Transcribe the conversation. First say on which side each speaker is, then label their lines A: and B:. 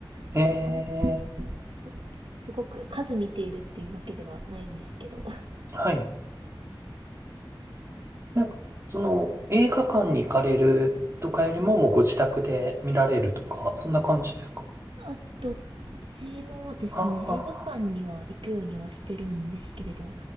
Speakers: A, on the right (about 35°); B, on the right (about 80°).
A: えー
B: <laughs> あんそすごく数見ているっていうわけではないんですけど <laughs>
A: はい。なんか、その、映画館に行かれるとかよりも、もうご自宅で見られるとか、そんな感じですか
B: あどっちもですね映画館には行くようにはしてるんですけれど
A: ああ、